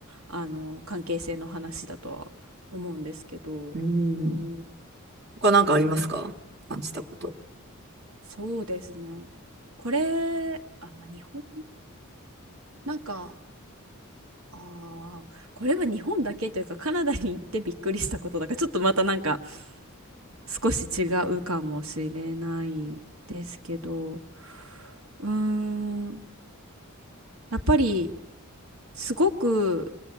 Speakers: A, on the right; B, on the right.
A: あの関係性の話だとは思うんですけど、
B: うん。
A: うん
B: 他なんかありますか感じたこと。
A: でもそれ、そうですね。これ、あ、まあ、日本、なんか、あーこれは日本だけというか、カナダに行ってびっくりしたことだから、ちょっとまたなんか、少し違うかもしれないですけど、うーん、やっぱり、すごく、